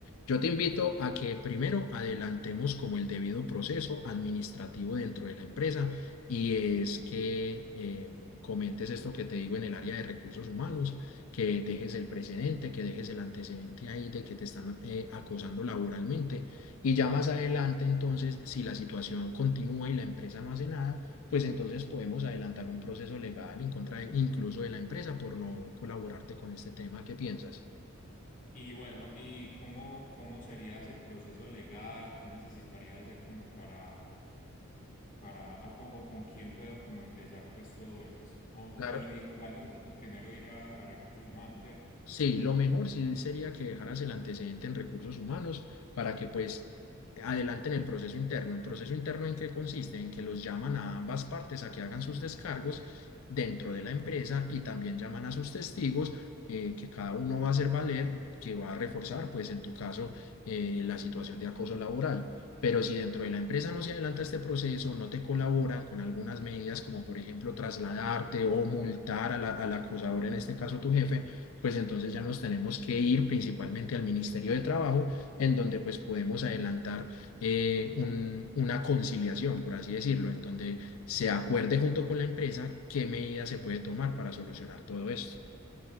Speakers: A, on the left; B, on the left.
A: Yo te invito a que primero adelantemos como el debido proceso administrativo dentro de la empresa y es que em, comentes esto que te digo en el área de recursos humanos, que dejes el precedente, que dejes el antecedente ahí de que te están eh, acosando laboralmente y ya más adelante entonces, si la situación continúa y la empresa no hace nada, pues entonces podemos adelantar un proceso legal en contra de- incluso de la empresa por no colaborarte con este tema. ¿Qué piensas?
B: Y bueno, ¿y cómo, cómo sería ese proceso legal? ¿Qué necesitaría hacer como para, para, o con, o con quién puedo como empezar pues todo esto? O-
A: Claro.
B: pero igual necesito primero ir a, a recursos humanos, ¿cierto?
A: Sí, lo mejor sí sería que dejaras el antecedente en recursos humanos para que pues adelanten el proceso interno. ¿El proceso interno en qué consiste? En que los llaman a ambas partes a que hagan sus descargos dentro de la
B: Ujú.
A: empresa y también llaman a sus testigos eh, que cada uno va a hacer valer, que va a reforzar pues en tu caso eh, la situación de acoso laboral. Pero si dentro de la empresa no se adelanta este proceso, no te colaboran con algunas medidas como por ejemplo trasladarte o multar a la- al acosador, en este caso tu jefe, pues entonces ya nos tenemos que ir principalmente al Ministerio de Trabajo, en donde pues podemos adelantar eh, un- una conciliación, por así decirlo, en donde se acuerde junto con la empresa qué medidas se puede tomar para solucionar todo esto.